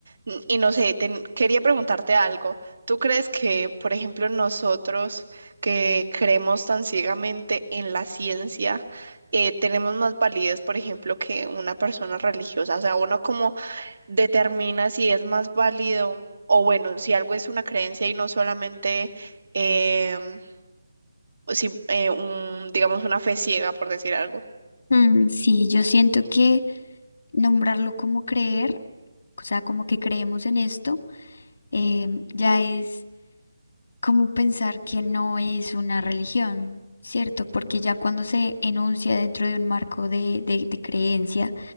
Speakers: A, on the right (about 65°); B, on the left (about 55°).
A: N- Y no sé, ten- quería preguntarte algo. ¿Tú crees que, por ejemplo, nosotros que creemos tan ciegamente en la ciencia, eh, tenemos más validez, por ejemplo, que una persona religiosa? O sea, uno como determina si es más válido o bueno, si algo es una creencia y no solamente em, si, eh, un- digamos, una fe ciega, por decir algo.
B: Mm, sí, yo siento que nombrarlo como creer, o sea, como que creemos en esto, em, ya es como pensar que no es una religión, ¿cierto? Porque ya cuando se enuncia dentro de un marco de, de- de creencia,